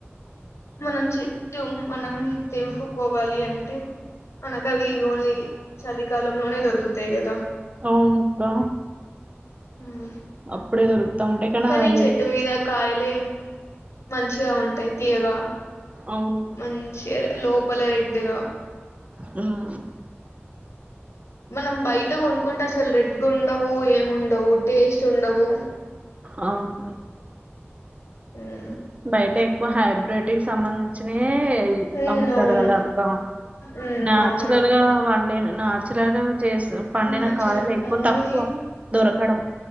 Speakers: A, on the left; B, on the right.
A: మనం చెట్టు మనం తెంపుకోవాలి అంటే మనకు అవి ఓన్లీ చలికాలంలోనే దొరుకుతాయి. కదా
B: అవునుక్కా
A: ఉమ్.
B: అప్పుడే పెరుగ్ త ఉంటే కనా
A: కానీ చెట్టు
B: ఏద్
A: మీద కాయలే మంచిగా ఉంటాయి తీయగా
B: అవును
A: మంచిగ రే లోపల రెడ్డుగా
B: హ్మ్
A: మనం బయట కొనుకుంటే అసలు రెడ్గా ఉండవు. ఏం ఉండవు టేస్ట్ ఉండవు.
B: అవును
A: ఉమ్
B: బయట ఇప్ క్కువ హైబ్ర్రిటిక్ సంబంధించ్ చ్చినయే
A: ఉమ్,
B: అమ్ముతారు.
A: అవును
B: కదా అక్క
A: ఉమ్
B: న్యాచురల్
A: అవును అక్క
B: గా పండిన న్యాచురల్ గా చేసి పండిన
A: నాచురల్
B: కాయలు ఎక్కువ తక్కువ
A: ఓన్లీ
B: దొరకడం,